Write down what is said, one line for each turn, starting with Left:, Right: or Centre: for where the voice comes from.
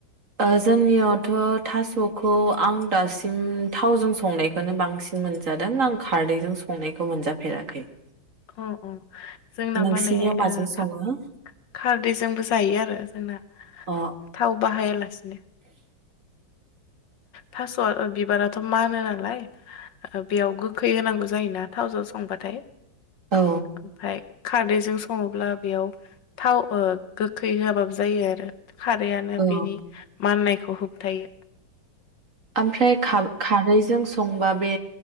Right: ओ जोंनियावथ' थास'खौ आं दासिम थावजों संनायखौनो बांसिन मोनजादों आं खारदैजों संनायखौ मोनजाफेराखै
Left: अ अ जोंना
Right: नोंसिनियाव
Left: माने
Right: माजों
Left: ओ
Right: सङो
Left: था खारदैजोंबो जायो आरो जोंना
Right: अ
Left: थाव बाहायालासे नि थास'आ बिबाराथ' मानो नालाय बेयाव गोखै होनांगौ जायोना थावजों संबाथाय
Right: औ
Left: ओमफाय खारदैजों सङोब्ला बेयाव थाव ओ गोखै होबाब जायो आरो खारैआनो
Right: औ
Left: बेनि माननाय ह हुबथायो
Right: ओमफ्राय खा-खारै जों संबा बे